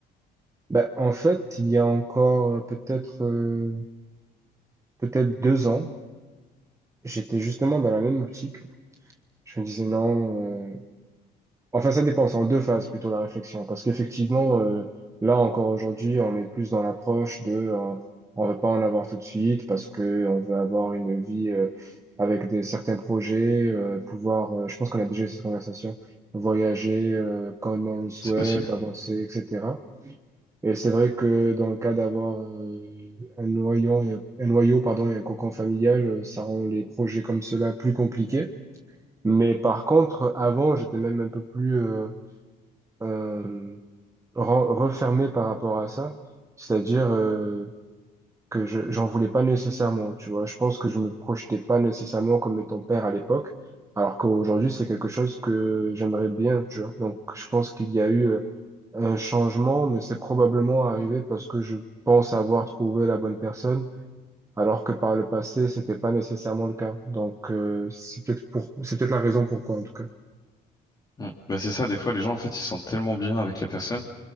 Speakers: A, on the right; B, on the left.
A: Bah, en fait, il y a encore euh, peut-être euh, peut-être deux ans, j'étais justement dans la même optique. Je me disais non. euh, Enfin, ça dépend, c'est en deux phases plutôt la réflexion, parce qu'effectivement, euh, là encore aujourd'hui, on est plus dans l'approche de, euh, on veut pas en avoir tout de suite parce que on veut avoir une vie euh, avec des certains projets, euh, pouvoir, euh, je pense qu'on a déjà eu cette conversation, voyager euh, quand on le souhaite,
B: C'est possible.
A: avancer, etc. Et c'est vrai que dans le cas d'avoir euh, un noyau, et- un noyau, pardon, et un cocon familial, euh, ça rend les projets comme cela plus compliqués. Mais par contre, avant, j'étais même un peu plus euh, euh, ren- refermé par rapport à ça, c'est-à-dire euh, que je j'en voulais pas nécessairement, tu vois. Je pense que je me projetais pas nécessairement comme étant père à l'époque, alors qu'aujourd'hui c'est quelque chose que j'aimerais bien, tu vois. Donc je pense qu'il y a eu euh, un changement, mais c'est probablement arrivé parce que je pense avoir trouvé la bonne personne, alors que par le passé c'était pas nécessairement le cas. Donc euh, c'est peut-être pour c'est peut-être la raison pourquoi en tout cas.
B: Mm. Bah c'est ça, des fois les gens en fait ils se sentent tellement bien avec la personne